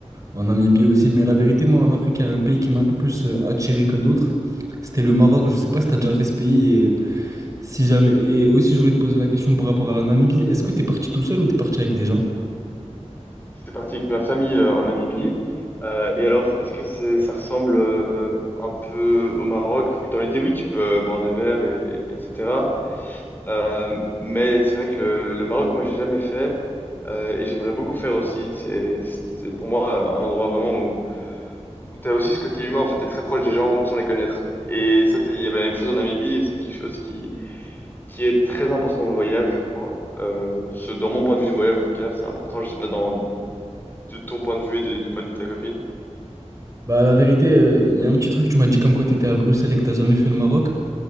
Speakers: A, on the right; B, on the left.
A: en Namibie aussi. Mais la vérité, moi, en Afrique, il y a un pays qui m'a un peu plus euh, attiré que d'autres. C'était le Maroc. Je sais pas si t'as déjà fait ce pays si jamais. Et aussi, je voulais te poser la question par rapport à la Namibie. Est-ce que t'es parti tout seul ou t'es parti avec des gens?
B: Je suis parti avec ma famille euh, en Namibie. Euh, et alors, est-ce que c'est, ça ressemble euh, un peu au Maroc? Dans l'idée, oui, tu peux euh, boire des verres, et, etc. Euh, mais c'est vrai que le, le Maroc, moi, j'ai jamais fait. euh, et j'aimerais beaucoup faire aussi. C'est, c'est pour moi euh, un endroit vraiment où t'as aussi ce côté humain, en fait, t'es très proche des gens sans les connaître. Et ça, t'as- il y avait la même chose en Namibie, et c'est quelque chose qui, qui est très important dans le voyage, je crois. Euh, ce, dans mon point de vue du voyage, en tout cas, c'est important, je sais pas, dans, de ton point de vue et de- du point de vue de ta copine.
A: Bah, la vérité, euh, il y a un petit truc. Tu m'as dit comme quoi t'étais à Bruxelles et que t'as jamais fait le Maroc.